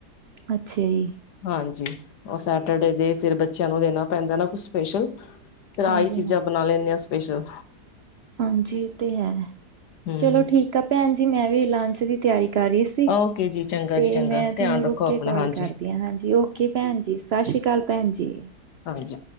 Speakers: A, on the right; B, on the left.
A: ਅੱਛਾ ਜੀ
B: ਹਾਂਜੀ, ਉਹ ਸੈਟਰਡੇ ਦੇ, ਫਿਰ ਬੱਚਿਆਂ ਨੂੰ ਦੇਣਾ ਪੈਂਦਾ ਨਾ ਕੁਛ ਸਪੈਸ਼ਲ। ਫੇਰ ਆਹੀ
A: ਹਾਂਜੀ
B: ਚੀਜ਼ਾਂ
A: ਹਾਂ,
B: ਬਣਾ ਲੈਂਦੇ ਆਂ ਸਪੈਸ਼ਲ।
A: ਹਾਂਜੀ ਇਹ ਤੇ ਹੈ,
B: ਹਮ
A: ਚਲੋ ਠੀਕ ਆ ਭੈਣ ਜੀ, ਮੈਂ ਵੀ ਲੰਚ ਦੀ ਤਿਆਰੀ ਕਰ ਰਹੀ।
B: ਓਕੇ ਜੀ ਚੰਗਾ
A: ਤੇ
B: ਜੀ ਚੰਗਾ
A: ਮੈਂ
B: ਧਿਆਨ
A: ਤੁਹਾਨੂੰ ਰੁਕ
B: ਰੱਖੋ
A: ਕੇ
B: ਆਪਣਾ
A: ਕਾਲ
B: ਹਾਂਜੀ
A: ਕਰਦੀ ਹਾਂ, ਹਾਂਜੀ ਓਕੇ ਭੈਣ ਜੀ। ਸਤਿ ਸ੍ਰੀ ਅਕਾਲ, ਭੈਣ ਜੀ।
B: ਹਾਂਜੀ।